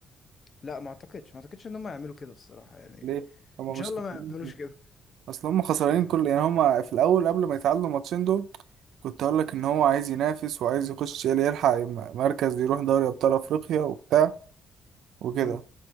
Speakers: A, on the left; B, on the right.
A: لا ما اعتقدش ما اعتقدش ان هم يعملوا كده الصراحة يعني
B: ليه هما
A: ان
B: مش
A: شاء الله
B: خسرانين
A: ما يعملوش
B: حاجة.
A: كده
B: اصل هما خسرانين كل يعني هما في الاول قبل ما يتعادلوا الماتشين دول كنت اقول لك ان هو عايز ينافس وعايز يخش يلي- يلحق م- مركز يروح دوري ابطال افريقيا وبتاع وكده
A: مم.